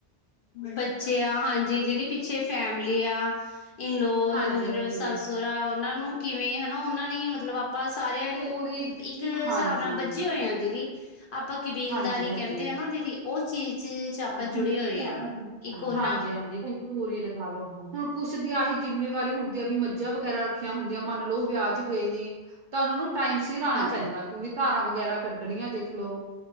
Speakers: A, on the left; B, on the right.
A: ਬੱਚੇ ਆ। ਹਾਂਜੀ ਦੀਦੀ ਪਿੱਛੇ ਫੈਮਿਲੀ ਆ। ਇਨਲੋ
B: ਹਾਂਜੀ
A: ਮਤਲਬ
B: ਹਾਂਜੀ
A: ਸੱਸ ਰਾ ਉਹਨਾਂ ਨੂੰ ਕਿਵੇਂ ਹਨਾ। ਉਹਨਾਂ ਨੇ ਮਤਲਬ ਆਪ ਆਪਾਂ ਸਾਰਿਆਂਨ
B: ਪੂਰੀ
A: ਇੱਕ
B: ਹਾਂਜੀ
A: ਸਾਬ ਨਾਲ ਬੱਝ ਹੋਏ ਆ। ਦੀਦੀ ਆਪਾਂ ਕੀਬ ਕਬੀਲਦਾਰੀ
B: ਹਾਂਜੀ ਹਾਂਜੀ
A: ਕਹਿੰਦੇ ਆ ਨਾ। ਦੀਦੀ ਉਹ ਚੀਜ਼ ਚ ਆਪਾਂ
B: <unintelligible>
A: ਜੁੜੇ ਹੋਏ ਆ ਇੱਕ ਉਹਨਾਂ
B: ਹਾਂਜੀ ਹਾਂਜੀ ਹਾਂਜੀ ਭੂਰ ਹੀ ਲਗਾ ਲੋੋ ਹੁ। ਹੁਣ ਕੁਛ ਦੀ ਆਹੀ ਜ਼ਿੰਮੇਵਾਰੀ ਹੁੰਦੀ ਹੈ। ਕਿ ਮੱਝਾਂ ਵਗੈਰਾ ਰੱਖੀਆਂ ਹੁੰਦੀਆਂ ਮੰਨ ਲਓ। ਵਿਆਹ ਚ ਗਏ ਨੇ ਤਾਂ ਉਹਨਾਂ ਨੂੰ ਟਾਈਮ ਸਿਰ ਆਣਾ
A: ਹਾਂਜੀ
B: ਪੈਂਦਾ। ਕਿਉਂਕਿ ਧਾਰਾਂ ਵਗੈਰਾ ਕੱਢਣੀਆਂ ਦੇਖ ਲਓ।